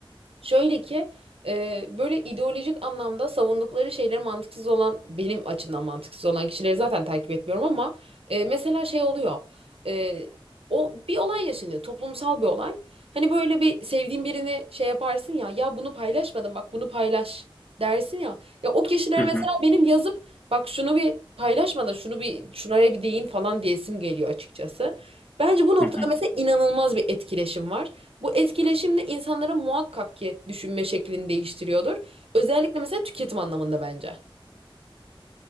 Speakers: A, on the right; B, on the left.
A: Şöyle ki e, böyle ideolojik anlamda savundukları şeyleri mantıksız olan benim açımdan mantıksız olan kişileri zaten takip etmiyorum ama e, mesela şey oluyor. E, o bir olay yaşanıyor, toplumsal bir olay. Hani böyle bir sevdiğin birini şey yaparsın ya, ya bunu paylaşmadım bak bunu paylaş dersin ya. Ya o kişiler
B: hı
A: mesela
B: hı,
A: benim yazıp bak şunu bir paylaşmadan şunu bir şunlara bir değin falan diyesim geliyor açıkçası. Bence bu noktada
B: hı hı.
A: mesela inanılmaz bir etkileşim var. Bu etkileşim de insanların muhakkak ki düşünme şeklini değiştiriyordur. Özellikle mesela tüketim anlamında bence.